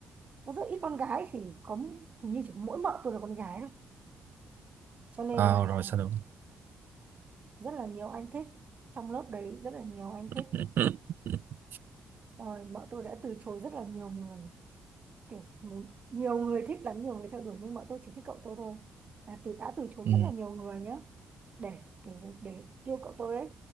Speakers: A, on the right; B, on the right.
A: có rất ít con gái thì có hình như chỉ có mỗi vợ tôi là con gái thôi cho nên
B: ờ
A: là
B: rồi sao được
A: rất là nhiều anh thích trong lớp đấy rất là nhiều anh
B: <laughs>
A: thích rồi vợ tôi đã từ chối rất là nhiều người kiểu m- nhiều người thích lắm nhiều người theo đuổi nhưng bọn tôi chỉ thích cậu tôi thôi là từ đã từ chối
B: ừ
A: rất là nhiều người nhá để kiểu để, để yêu cậu tôi ấy